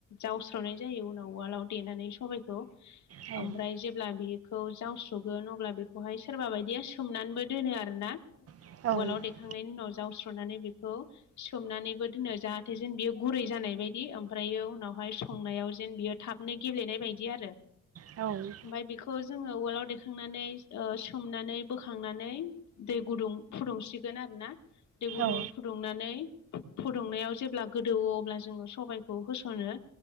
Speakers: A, on the left; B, on the right.
A: जावस्रावनाय जायो उनाव उवालाव देनानै सबायखौ
B: औ
A: ओमफ्राय जेब्ला बेखौ जावस्रगोन अब्ला बेखौहाय सोरबा बायदिया सोमनानैबो दोनो आरोना
B: औ
A: वालाव दखांनायनि उनाव जावस्रनानै बेखौ सोमनानैबो दोनो जाहाथे जेन बियो गुरै जानाय बायदि ओमफ्रायो उनावहाय संनायाव जेन बियो थाबनो गेब्लेनाय बायदि आरो
B: औ
A: ओमफ्राय बेखौ जोङो उवालाव देखांनानै सोमनानै बोखांनानै। दै गुदुं फुदुंसिगोन आरोना दै गुदुं
B: औ
A: फुदुंनानै फुदुंनायाव जेब्ला गोदौवो अब्ला जोङो सबायखौ होस'नो